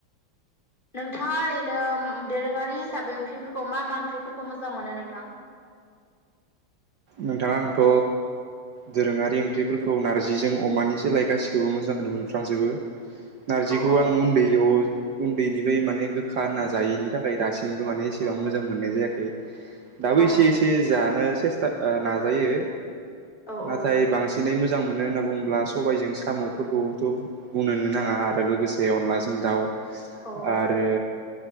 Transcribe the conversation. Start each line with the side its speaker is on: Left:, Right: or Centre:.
Left: नोंथाङा ओरैनो दोरोङारि हिसाबै ओंख्रिफोरखौ मा मा ओंख्रिफोरखौ मोजां मोनो नोंथां? <inaudible>
Right: नोंथां आंथ' दोरोङारि ओंख्रिफोरखौ नारजिजों अमानिसो लाय गासिखौबो मोजां होनो मोनफ्र्लांजोबो। नारजिखौ
Left: औ औ
Right: आं उन्दैयाव उन्दैनिफ्राय माने गोखा होनना जायैनि थाखाय दासिम इसेबां
Left: औ औ
Right: मोजां
Left: नोंथां
Right: मोननाय
Left: औ
Right: जायाखै दाबो
Left: औ
Right: एसे एसे जानो सेस्था नाजायो
Left: औ
Right: नाथाय
Left: औ
Right: बांसिनै मो जां मोनो होनना बुङोब्ला सबायजों साम'फोरखौथ' बुंनोनो नाङा आरो लोगोसे अनलाजों दाउ
Left: औ
Right: आरो